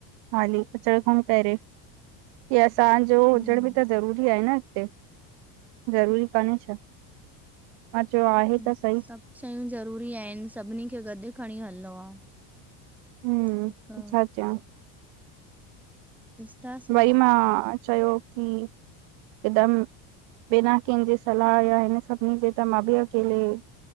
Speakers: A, on the right; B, in the centre.
A: हाली अचण खंउ पहिरें, की असांजो हुजण
B: हम्म।
A: बि त ज़रूरी आहे न। उते, ज़रूरी कान्हे छा? मां च्यो आहे त
B: सभु
A: सही
B: शयूं ज़रूरी आहिनि, सभिनी खे गॾु खणीं हलणो आ।
A: हम्म
B: हिक
A: छा चयां
B: ॾिसंदासीं,
A: वरी मां चयो की हिकदमि बिना कंहिजे सलाह या हिन सभिनी जे त मां बि अकेले